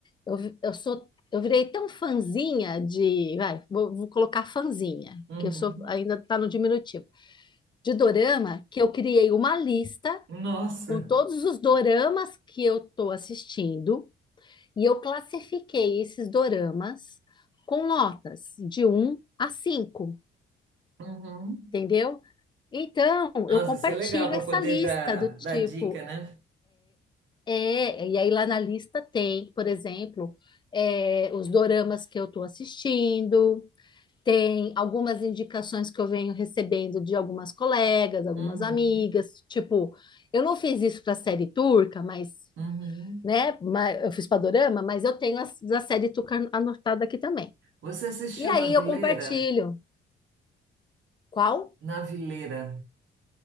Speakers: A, on the left; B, on the right.
A: eu, vi- eu sou, eu virei tão fãzinha de, vai, vou, vou colocar fãzinha,
B: Uhum.
A: porque eu sou ainda tá no diminutivo, de dorama, que eu criei uma lista
B: Nossa.
A: com todos os doramas que eu estou assistindo e eu classifiquei esses doramas com notas de um a cinco
B: Uhum.
A: entendeu? Então,
B: Nossa,
A: eu compartilho
B: isso é legal para
A: essa
B: poder
A: lista
B: dar,
A: do tipo,
B: dar dica, né?
A: é, e aí lá na lista tem, por exemplo, é, os doramas que eu estou assistindo, tem algumas indicações que eu venho recebendo de algumas colegas, algumas
B: Uhum,
A: amigas, tipo, eu não fiz isso para a série turca, mas
B: uhum.
A: né? Mas Eu fiz Padorama, mas eu tenho as, a série Tuca anotada aqui também.
B: Você assistiu
A: E aí
B: Na Vileira?
A: eu compartilho. Qual?
B: Na Vileira.